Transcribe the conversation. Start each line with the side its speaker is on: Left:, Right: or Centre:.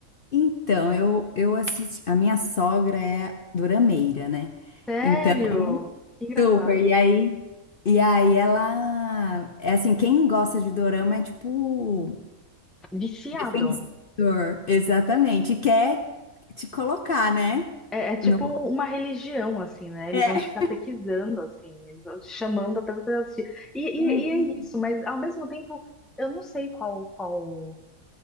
Left: Então, eu, eu assisti. A minha sogra é durameira, né?
Centre: Sério?
Left: Então,
Centre: Que Engraçado.
Left: super. E aí, e aí ela. É assim, quem gosta de dorama é tipo.
Centre: Viciado.
Left: Defensor. Exatamente. E quer te colocar, né?
Centre: É, é tipo
Left: No-
Centre: uma religião, assim, né? Eles
Left: É.
Centre: vão te catequizando, assim, eles vão te chamando até você assistir. E, e,
Left: Não, bem,
Centre: e é isso, mas ao mesmo tempo, eu não sei qual, qual